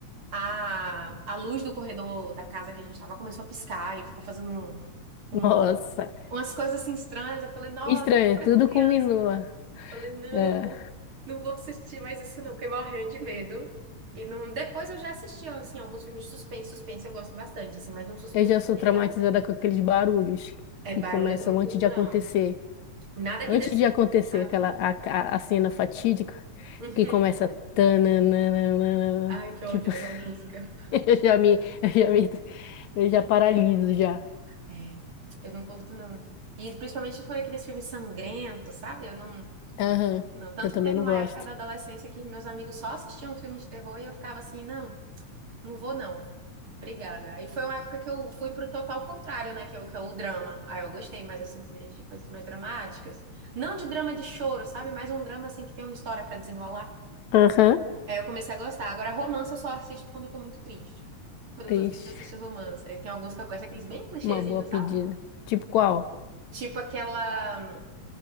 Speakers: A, on the right (about 45°); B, on the left (about 75°).
A: a, a luz do corredor da casa que a gente estava começou a piscar e ficou fazendo um- um-
B: Nossa.
A: umas coisas assim estranhas. Eu falei, nossa,
B: Estranho,
A: mas
B: tudo
A: eu criança.
B: combinua.
A: Eu falei, não,
B: É,
A: não vou assistir mais isso não. Fiquei morrendo de medo. E não, depois eu já assisti, assim, alguns filmes de suspense. Suspense eu gosto bastante, assim, mas um suspense
B: eu já sou
A: que
B: traumatizada
A: já
B: com aqueles barulhos
A: é barulhos
B: que começam
A: eu não
B: antes
A: curto,
B: de acontecer.
A: não. Nada
B: Antes
A: que dê susto,
B: de acontecer
A: sabe?
B: aquela a, a- a cena fatídica
A: Uhum.
B: que começa tananana,
A: Ai, que ódio
B: tipo,
A: daquela
B: <laughs>
A: música.
B: eu já me eu já me eu já paraliso já.
A: É, eu não curto, não. E principalmente se for aqueles filmes sangrentos, sabe? Eu não.
B: Aham.
A: Não, tanto
B: Eu também
A: que teve
B: não
A: uma
B: gosto.
A: época da adolescência que meus amigos só assistiam filme de terror e eu ficava assim, não, não vou não. Obrigada. Aí foi uma época que eu fui pro total contrário, né? Que é o, que é o drama. Aí eu gostei mais, assim, de de coisas mais dramáticas. Não de drama de choro, sabe? Mas um drama, assim, que tem uma história pra desenrolar.
B: Aham.
A: Aí eu comecei a gostar. Agora, romance eu só assisto quando eu tô muito triste. Quando
B: Triste.
A: eu tô triste, eu assisto romance. Aí tem alguns que eu gosto, aqueles bem clichêzinhos,
B: Uma boa pedida.
A: sabe?
B: Tipo qual?
A: Tipo aquela...